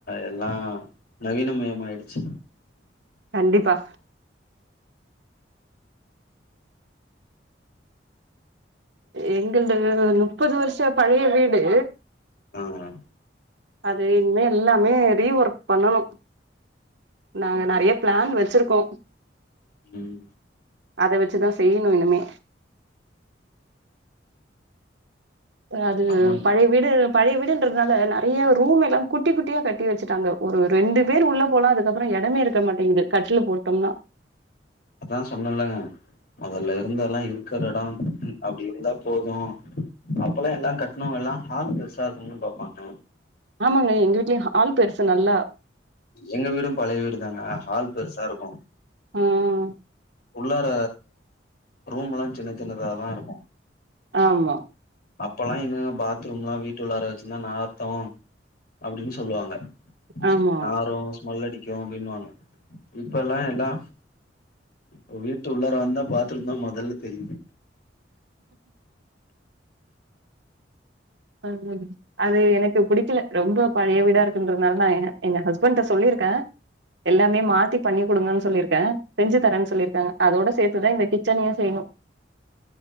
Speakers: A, on the left (about 55°); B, on the right (about 70°).
A: எல்லா நவீனமயமா ஆயிடுச்சு
B: கண்டிப்பா எங்களது முப்பது வர்ஷோ பழைய வீடு
A: ஆ அ
B: அது இனிமே எல்லாமே ரீ ஒர்க் பண்ணணு நாங்க நெறைய பிளான் வச்சு இருக்கோ
A: உம்
B: அத வச்சுதா செய்யணு இனிமே அது
A: ஆமாங்க
B: பழை வீடு பழைய வீடுன்றதுனால நெறைய ரூம் எல்லா குட்டி குட்டியா கட்டி வச்சுட்டாங்க ஒரு ரெண்டு பேர் உள்ள போல அதுக்கப்புறோ இடமே இருக்க மாட்டேங்குது கட்லு போட்டோம்னா
A: அதா சொன்னலா மொதல்ல இருந்த எல்லா இருக்குற எடோ அப்டி இருந்தா போது அப்போ எல்லா கட்டணோவங்க எல்லா ஹால் பெருசா இருக்குன்னு பாப்பாங்க
B: ஆமாங்க எங்க வீட்லயையு ஹால் பெருசு நல்லா
A: எங்க வீடு பழைய வீடு தாங்க ஹால் பெருசா இருக்கு
B: ஆ அ
A: உள்ளார ரூம் எல்லா சின்ன சின்னதா தா இருக்கு
B: ஆமா
A: அப்பொ எல்லா எங்கேங்க பாத்ரூம் எல்லா வீட்டு உள்ளார வச்சு இருந்தா நாத்தோ அப்டின்னு சொல்லுவாங்க
B: ஆமா
A: நாரு ஸ்மெல் அடிக்கு அப்டினு வாங்க இப்ப எல்லா எல்லா ஒர் வீட்டு உள்ளார வந்தா பாத்ரூம் தா மொதல்ல தெரியு
B: ஆமாங்க அது எனக்கு புடிக்கல ரொம்போ பழைய வீடா இருக்குன்றதுனால தா எங்க ஹஸ்பண்ட் கிட்ட சொல்லியிருக்கே எல்லாமே மாத்தி பண்ணி குடுங்கன்னு சொல்லியிருக்கே செஞ்சு தரன்னு சொல்லியிருக்காங்க அதோட சேத்துதா இந்த கிச்சனையு செய்யணு